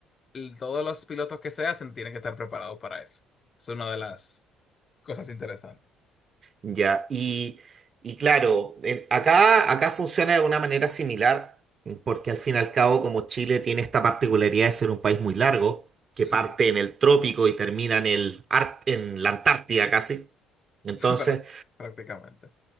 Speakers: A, on the left (about 35°); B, on the right (about 40°).
A: el- todos los pilotos que se hacen tienen que estar preparados para eso. Es una de las cosas interesantes.
B: Ya, y, y claro, en- acá, acá funciona de una manera similar, porque al fin y al cabo, como Chile tiene esta particularidad de ser un país muy largo, que
A: Sí,
B: parte en el trópico y termina en el, ar- en la Antártida casi, entonces
A: <laughs> prá- prácticamente.